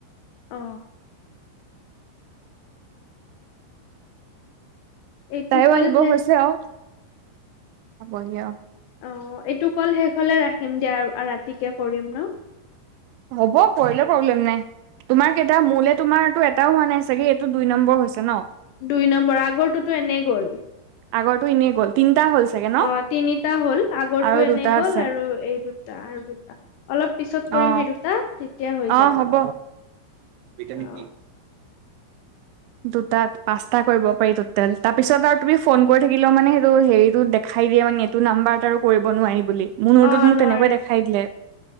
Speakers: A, on the left; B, on the right.
A: অ এইটো
B: তাইও
A: কল
B: আহিব
A: শেষ
B: হৈছে আৰু পাবহি আৰু
A: অ এইটো কল শেষ হলে ৰাখিম দিয়া আৰু ৰাতিকে কৰিম ন।
B: হ'ব কৰিলে প্ৰব্লেম নাই তোমাৰ কেইটা মোলে তোমাৰো এটাও হোৱা নাই চাগে এইটো দুই নম্বৰ হৈছে ন।
A: দুই নম্বৰ আগৰটোতো এনেই গ'ল।
B: আগটো এনেই গ'ল তিনিটা হ'ল। চাগে ন
A: অ তিনিটা হ'ল আগৰটো
B: আৰু
A: এনেই
B: দুটা
A: গ'ল
B: আছে
A: আৰু এই দুটা আৰু দুটা, অলপ পিছত কৰিম
B: অ
A: সেই দুটা তেতিয়া হৈ,
B: অ
A: যাব
B: হ'ব। ভিটামিন
A: অ
B: দি। দুটাত পাঁচটা কৰিব পাৰি টোটেল তাৰ পিছত আৰু তুমি ফোন কৰি থাকিলেও মানে সেইটো হেৰি দেখাই দিয়ে মানে এইটো নাম্বাৰ আৰু কৰিব নোৱাৰি বুলি মোৰ মূৰটোত
A: অ
B: মোক
A: নোৱাৰে
B: তেনেকুৱাই দেখাই দিলে।